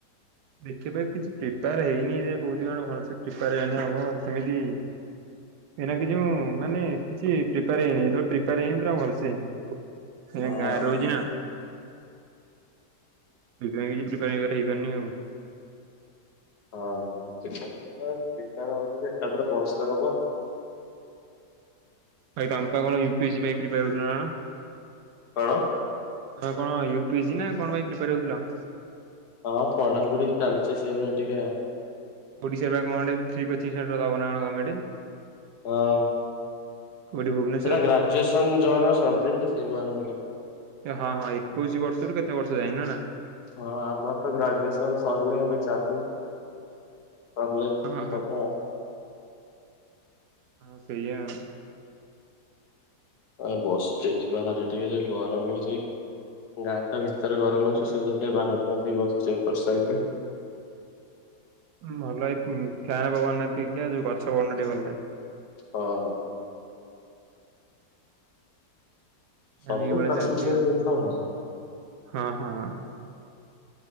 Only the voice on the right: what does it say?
ସେଥିପାଇଁ କିଛି ପ୍ରିପାର୍ ହେଇନି ରେ କୋଉଚି କଣ ଭଲସେ ପ୍ରିପାର୍ ହେଇନି ହବ ସେମିତି ଏଇନା କିଛି ମୁଁ ମାନେ କିଛି ପ୍ରିପାର ହେଇନି ଯେତେବେଳ ପ୍ରିପାର୍ ହେଇନି ପୁରା ଭଲସେ ହେଇନି। ଏଇନା
ଗାଁରେ ରହୁଛି ନା। ସେଥି ପାଇଁ କିଛି ପ୍ରିପାର ଏବାଟେ ହେଇ ପାରୁନି ଆଉ।
ଭାଇ ତମେପା କଣ ୟୁ ପି ଏସି ପାଇଁ ପ୍ରିପାର୍ ହୋଉଥିଲ ନା କଣ?
ତମେ କଣ ୟୁ ପି ଏସି ନା କଣ ପାଇଁ ପ୍ରିପାର ହୋଉଥିଲ?
ଓଡ଼ିଶା ପା କଣ ଗୋଟେ ପ୍ରି କୋଚିଙ୍ଗ୍ ସେଣ୍ଟର ଦବନା କଣ ଗମେଣ୍ଟେ।
କୋଉଠି ଭୂବୁନେ
ହଁ ହଁ ଏକୋଇଶି ବର୍ଷରୁ କେତେ ବର୍ଷ ଯାଏଁ ନା ନା
ହଁ ହଁ।
ହଁ ସେୟା ଆଉ।
ଭଲ ଏ ଫ୍ୟାନ୍ ପବନ ଅପେକ୍ଷା ଗଛ ପବନ ଟିକେ ଭଲ ଲାଗେ।
ତାହେନେ ଏଇ ଭଳିଆ
ଚାଲିଛି
ଆଉ
ହଁ ହଁ।